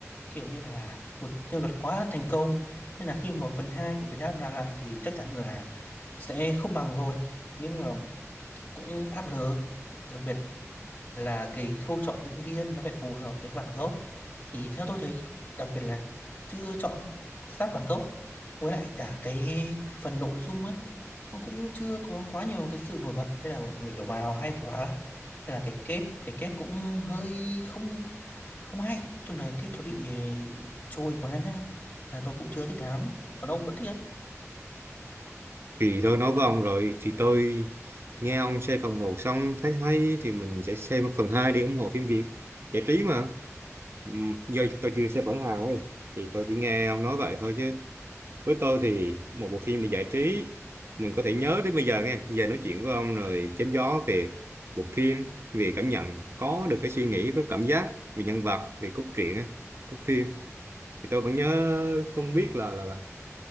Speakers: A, on the left; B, on the right.
A: kiểu như là một nhân vật quá là thành công nên là khi mà phần 2 của Việt Nam làm lại thì chắc chắn là sẽ không bằng rồi nhưng mà cũng áp lực đặc biệt là cái khâu chọn diễn viên nó phải phù hợp với cái bản gốc thì theo tôi thấy đặc biệt là chưa chọn sát bản gốc với lại cả cái phần nội dung á nó cũng chưa có quá nhiều cái sự nổi bật thế là mình phải wow hay quá hay là cái kết cái kết cũng hơi không không hay nói chung là cái kết nó bị eh, trôi quá là tôi cũng chưa thích lắm còn ông vẫn thích á
B: thì tôi nói với ông rồi thì tôi nghe ông xem phần một xong thấy hay thì mình sẽ xem phần 2 để ủng hộ phim Việt giải trí mà ừ, giờ tôi chưa xem bản hàng ấy thì tôi chỉ nghe ông nói vậy thôi chứ Với tôi thì một bộ phim để giải trí mình có thể nhớ đến bây giờ nghe giờ nói chuyện với ông rồi chém gió về bộ phim về cảm nhận có được cái suy nghĩ có cảm giác về nhân vật về cốt truyện á, cốt phim thì tôi vẫn nhớ không biết là là, là,